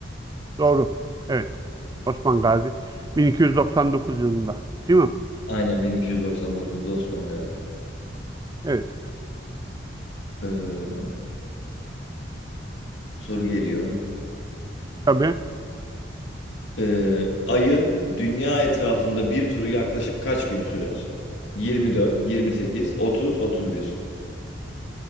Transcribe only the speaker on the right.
Doğru. Evet. Osman Gazi 1299 yılında. Değil mi?
Evet.
Tabii